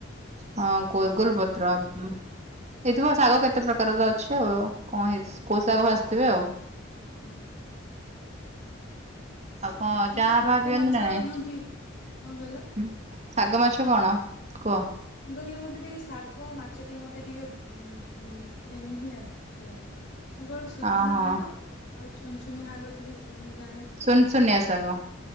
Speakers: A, on the right; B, on the left.
A: ହଁ ଗୋଲ
B: ସେଇ
A: ଗୋଲ
B: ଶାଗ
A: ପତ୍ର
B: ଭଜା
A: ହେଇଥିବ ଶାଗ କେତେ ପ୍ରକାରର ତ ଅଛି ଆଉ। କଣ ହେଇଛି କୋଉ ଶାଗ ଭାଯିଥିବେ ଆଉ।
B: ହୁଁ।
A: ଆଉ କଣ
B: ମୋତେ
A: ଚାହା
B: ଶାଗ
A: ଫାହା ପିଅନ୍ତି
B: ମାଛ
A: ନା ନାଇଁ?
B: ମୁଁ ଟିକେ କଣ କହିଲ?
A: ହୁଁ ଶାଗ ମାଛ କଣ କୁହ?
B: ମୁଁ କହିଲି ମତେ ଟିକେ ଶାଗ ମାଛ ଟିକେ ମତେ ଟିକେ ହଁ ହଁ ଚିହ୍ନି ଆସେନି। ମୁଁ କେବଳ ସୂଜନା
A: ଅହୋ
B: ଶାଗ ଆଉ ଛୁନ ଛୁନିଆ ହାଗ ଟିକେ ଜାଣିଛି।
A: ସୁନ ସୁନିଆ ଶାଗ।